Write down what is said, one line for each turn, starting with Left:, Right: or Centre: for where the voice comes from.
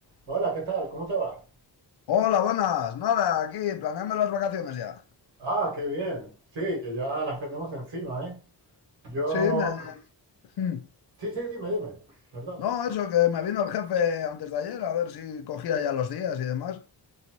Right: Hola, ¿qué tal? ¿Cómo te va?
Left: Hola, buenas. Nada, aquí planeando las vacaciones ya.
Right: Ah, qué bien. Sí, que ya las tenemos encima, ¿eh? Yo...
Left: Sí, me...
Right: <clears throat>
Left: hmm.
Right: Sí, sí, dime, dime. Perdona.
Left: No, eso que me vino el jefe antes de ayer a ver si cogía ya los días y demás.